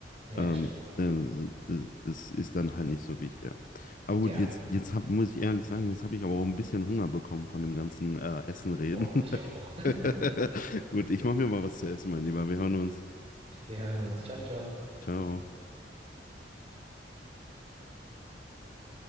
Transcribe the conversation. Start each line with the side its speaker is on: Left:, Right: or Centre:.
Right: Ja,
Left: Ähm,
Right: das stimmt auch.
Left: dann- das, das ist dann halt nicht so wie hier. Aber
Right: Ja,
Left: gut, jetzt, jetzt hab, muss ich ehrlich sagen, jetzt habe ich aber auch ein bisschen Hunger bekommen von dem ganzen äh, Essen reden.
Right: boah, ich auch. <laughs>
Left: <laughs> Gut, ich mache mir mal was zu essen, mein Lieber. Wir hören uns.
Right: Wir hören uns. Ciao, ciao.
Left: Ciao.